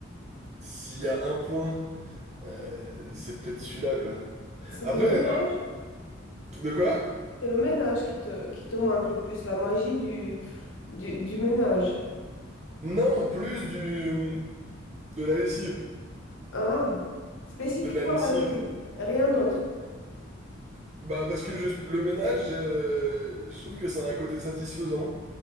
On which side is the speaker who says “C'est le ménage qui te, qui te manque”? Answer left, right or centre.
Left